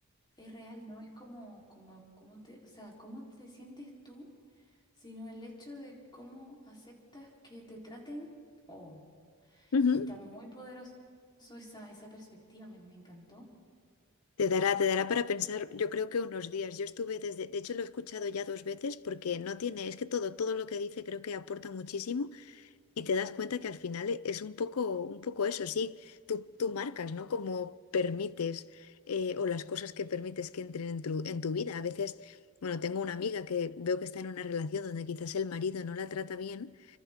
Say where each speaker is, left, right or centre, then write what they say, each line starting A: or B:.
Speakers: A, on the left; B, on the left.
A: Es real, no es como, como, como te, o sea, cómo te sientes tú, sino el hecho de cómo aceptas que te traten. Oh,
B: Ujú.
A: está muy poderoso esa, esa perspectiva, me, me encantó.
B: Te dará, te dará para pensar, yo creo que unos días. Yo estuve desde, de hecho lo he escuchado ya dos veces porque no tiene, es que todo, todo lo que dice creo que aporta muchísimo. Y te das cuenta que al final e, es un poco, un poco eso, sí, tú, tú marcas, ¿no? Como permites eh, o las cosas que permites que entren en tu, en tu vida. A veces, bueno, tengo una amiga que veo que está en una relación donde quizás el marido no la trata bien